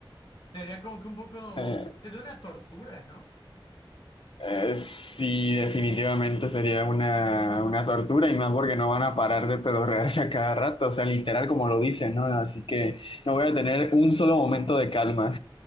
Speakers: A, on the left (about 55°); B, on the left (about 75°).
A: Sería como que un poco,
B: eh,
A: sería una tortura, ¿no?
B: eh, sí, definitivamente sería una, una tortura y más porque no van a parar de pedorrearse a cada rato, o sea, literal como lo dicen, ¿no? Así que no voy a tener un solo momento de calma.